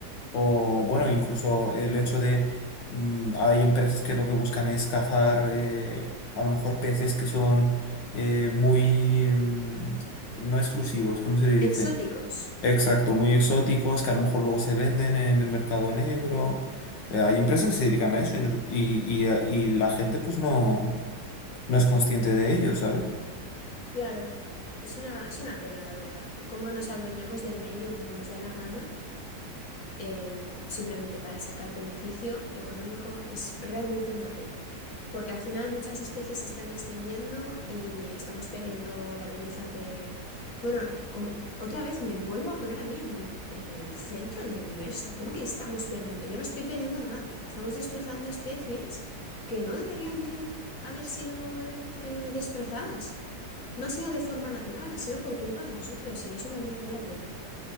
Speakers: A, on the left (about 80°); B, on the left (about 50°).
A: o bueno, incluso el hecho de mm, hay empresas que lo que buscan es cazar eh, a lo mejor peces que son eh, muy mm, no exclusivos, ¿cómo se le dice?
B: Exóticos,
A: Exacto, muy exóticos, que a lo mejor luego se venden en el mercado negro. Eh, hay empresas que se dedican a eso y, noso- y, y, eh, y la gente pues no, no es consciente de ello, ¿sabes?
B: claro. Es una, es una pena, la verdad. Cómo nos adueñamos del medio, como nos da la gana. eh, simplemente para sacar beneficio económico es realmente una pena, porque al final muchas especies se están extinguiendo y estamos perdiendo la belleza que... Bueno, como- otra vez me vuelvo a poner a mí en el, en el centro del universo. ¿Cómo que estamos perdiendo? Yo no estoy perdiendo nada, estamos destrozando especies que no deberían de haber sido eh, eh, destrozadas. No ha sido de forma natural, ha sido por culpa de nosotros y es una verdadera pena.